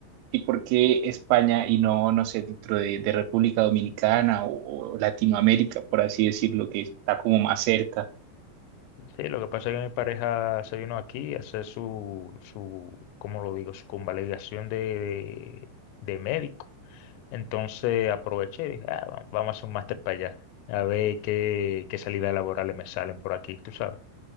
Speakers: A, on the right; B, on the left.
A: ¿Y por qué España y no, no sé, dentro de, de República Dominicana o, o Latinoamérica, por así decirlo, que está como más cerca?
B: Sí, lo que pasa es que mi pareja se vino aquí a hacer su, su, ¿cómo lo digo? Su convalidación de, de médico Entonces aproveché y dije, "Ah, va- vamos a hacer un máster para allá, a ver qué, qué salidas laborales me salen por aquí, tú sabes.